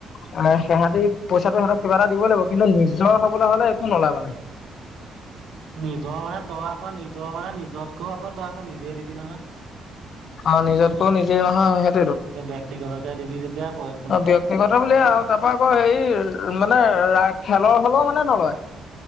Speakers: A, on the left (about 60°); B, on the right (about 75°).
A: মানে সিহঁতি পইচাটো সিহঁতক কিবা এটা দিবই লাগিব কিন্তু নিজৰ হবলৈ হলে একো নলয় মানে।
B: নিজৰ মানে তই আকৌ নিজৰ মানে নিজতকৈ আকৌ তই আকৌ নিজে দিবি নহয়।
A: অ নিজতকৈ নিজে নহয় স-
B: দেক্তি কতকে দিলি যেতিয়া কয়।
A: অ ব্যক্তিগত বুলি আও তাৰ পৰা আকৌ হেৰি মানে ৰাস খেলৰ হলেও মানে নলয়,